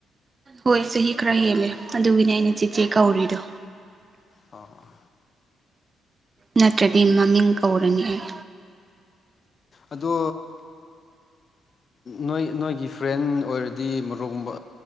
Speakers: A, on the right; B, on the left.
A: ꯍꯣꯏ ꯆꯍꯤ ꯈꯔ ꯍꯦꯜꯂꯦ ꯑꯗꯨꯒꯤꯅꯦ ꯑꯩꯅ ꯆꯦꯆꯦ ꯀꯧꯔꯤꯗꯣ
B: ꯑꯣ ꯑꯣ
A: ꯅꯠꯇ꯭ꯔꯗꯤ ꯃꯃꯤꯡ ꯀꯧꯔꯅꯤ ꯑꯩ
B: ꯑꯗꯣ ꯅꯣꯏ ꯅꯣꯏꯒꯤ ꯐ꯭ꯔꯦꯟ ꯑꯣꯏꯔꯗꯤ ꯃꯔꯨꯞꯨꯝꯕ